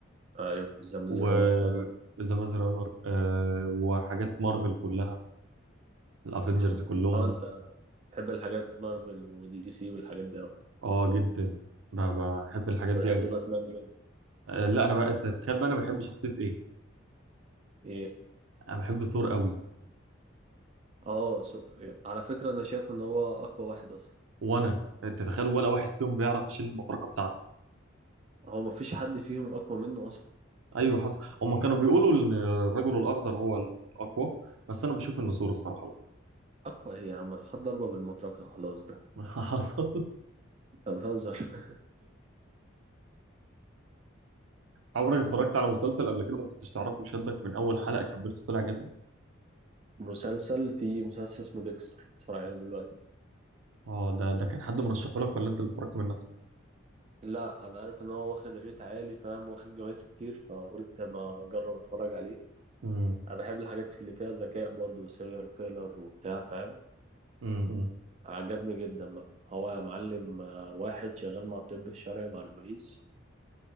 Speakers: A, on the right; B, on the right.
A: أيوه ذا ميز
B: و
A: رانر طبعا
B: ذا ماز رانر آه... وحاجات مارفل كلها الافنجرز
A: امم
B: كلهم
A: أه أنت بتحب الحاجات مارفل ودي سي والحاجات دي أكتر
B: اه جدا ب- بحب الحاجات
A: أنا
B: دي
A: بحب
B: قوي
A: باتمان جدا
B: لا انا بقى أنت تتخيل بقى انا بحب شخصيه ايه
A: إيه
B: انا بحب ثور قوي
A: أه سو... على فكرة أنا شايف إن هو أقوى واحد أصلا
B: وانا أنت تتخيل ولا واحد فيهم بيعرف يشيل المطرقه بتاعته
A: هو مفيش حد فيهم أقوى منه أصلا
B: ايوه حصل هم كانوا بيقولوا ان الرجل الاخضر هو الاقوى بس انا بشوف ان ثور الصراحه
A: أقوى إيه يا عم أنا خد ضربة بالمطرقة خلاص ده
B: لا <laughs> حصل
A: أنت بتهزر <laughs>
B: عمرك اتفرجت على مسلسل قبل كده ما كنتش تعرفه شدك من اول حلقه كملته طلع جامد
A: مسلسل في مسلسل اسمه ديكستر بتفرج عليه دلوقتي
B: اه ده ده كان حد مرشحه لك ولا انت اللي اتفرجت من نفسك
A: لا انا عارف ان هو واخد ريت عالي فاهم واخد جوائز كتير فقلت ما اجرب اتفرج عليه
B: امم
A: انا بحب الحاجات اللي فيها ذكاء برضو وسيريال كيلر وبتاع فاهم
B: امم أمم.
A: عجبني جدا بقى هو يا معلم آه، واحد شغال مع الطب الشرعي مع البوليس